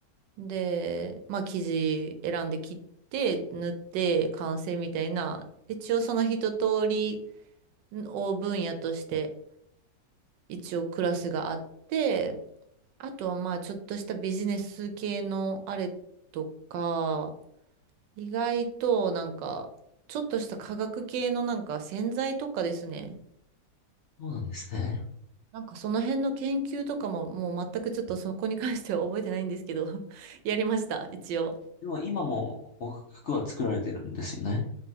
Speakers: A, on the right (about 85°); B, on the left (about 65°).
A: で、まあ生地選んで切って縫って完成みたいな、一応その一通りを分野として一応クラスがあって、あとはまあちょっとしたビジネス系のあれとか、意外となんかちょっとした化学系のなんか洗剤とかですね。
B: そうなんですね。
A: なんかその辺の研究とかももう全くちょっとそこに関しては覚えてないんですけど
B: はい。
A: <laughs> やりました、一応。
B: でも今もお服は作られてるんですよね。